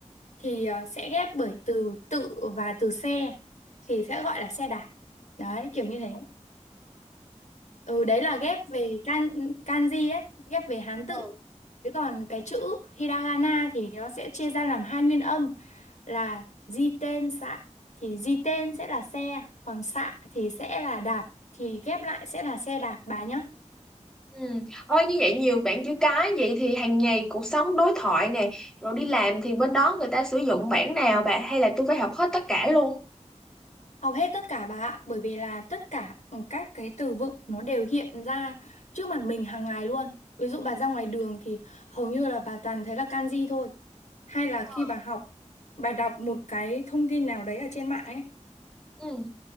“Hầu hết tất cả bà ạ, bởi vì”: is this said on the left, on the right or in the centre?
Left